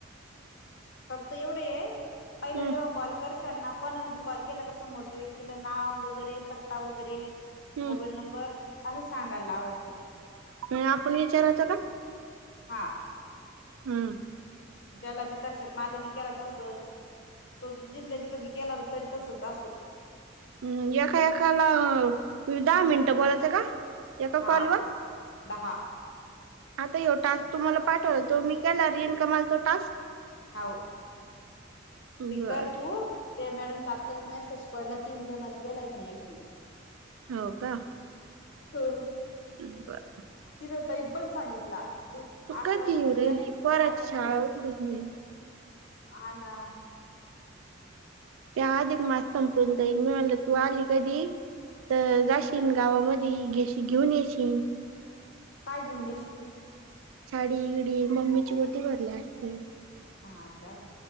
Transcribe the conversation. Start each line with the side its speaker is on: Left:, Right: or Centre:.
Left: फक्त एवढे आहे पहिला
Right: हम्म
Left: जेव्हा कॉल करशात ना कोणाला कॉल केला क समोरच्या व्यक्तीला नाव वगैरे पत्ता वगैरे
Right: हम्म
Left: मोबाईल नंबर असं सांगायला लावायच.
Right: म आपण विचारचा का?
Left: हां
Right: हम्म.
Left: ज्याला बी कर्शात मला बी केला तसच. तो त जिथल्या तथीबी केला ना तर तरी तसच असं
Right: हम्म एका एकाला दहा मिनटं बोलायचं का? येका
Left: हा
Right: कॉलवर?
Left: दहा.
Right: आता यो टास्क तुम्हाला पाठवा तो मी केला इनकमाल तो टास्क
Left: हाव
Right: बर
Left: ती कर तू. ते मॅडमचा आत्ताच मेसेज पडला तीन जणला गेलाय म्हणे ऐक.
Right: हो का?
Left: हम.
Right: बरं.
Left: ह्यो टाईप पण सांगितला दु आकरा
Right: कधी येऊ
Left: ते
Right: राहिली
Left: ऐक
Right: पोराची
Left: आणि
Right: शाळा उघडूच नाही
Left: हां ना.
Right: त्या आधिक मास संपून जाईल मी म्हणलं तू आली कधी? तर जाशीन गावामध्ये घेशी घेऊन येशीन.
Left: काय घेऊन येशील?
Right: साडी बीडी मम्मीची वटी भरल्या असती.
Left: हां का.